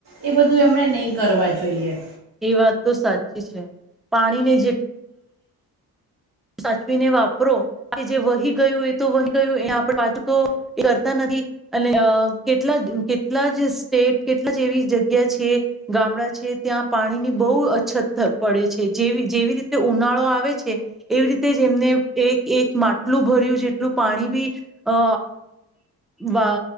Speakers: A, on the right; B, in the centre.
A: એ બધું એમણે નહીં કરવા જોઈએ.
B: એ વાત તો સાચી છે પાણીને જે સાચવીને વાપરો કે જે વહી ગયું એ તો વહી ગયું એ આપણે પાછું તો એ કરતા નથી અને કેટલા કેટલા જ સ્ટેટ કેટલા જે એવી જગ્યા છે ગામડા છે ત્યાં પાણીની બહુ અછત પડે છે જેવી જેવી રીતે ઉનાળો આવે છે એવી રીતે જ એમને એક એક માટલું ભર્યું જેટલું પાણી બી અ વા